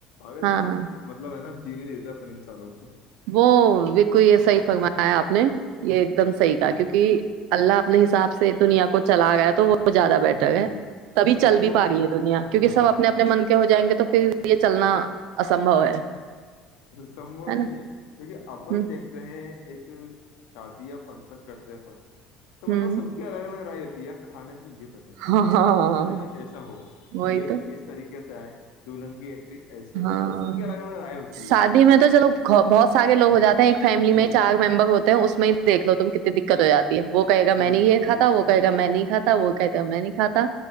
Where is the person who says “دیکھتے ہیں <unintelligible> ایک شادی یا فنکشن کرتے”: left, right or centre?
Left